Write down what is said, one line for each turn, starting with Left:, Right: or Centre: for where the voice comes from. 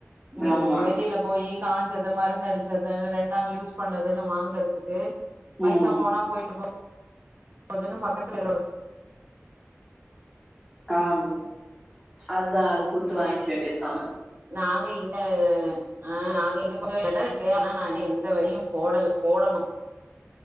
Right: உம்
Centre: ஆமா
Right: வெளில போயி காஞ்சது மருந்தடுச்சது ரெண்டு நாள் யூஸ் பண்ணதுன்னு வாங்குறதுக்கு பைசா
Centre: உம்
Right: போனா போயிட்டு போ போதனு பக்கத்துல இரு
Centre: ஆமா அதுதா அது குடுத்து வாங்கிவே பேசாம
Right: நாங்க இங்க ஆ நாங்க இங்க கொஞ்ச எட இருக்கு ஆனா நா என்ன எந்த வேதையோ போடல போடணு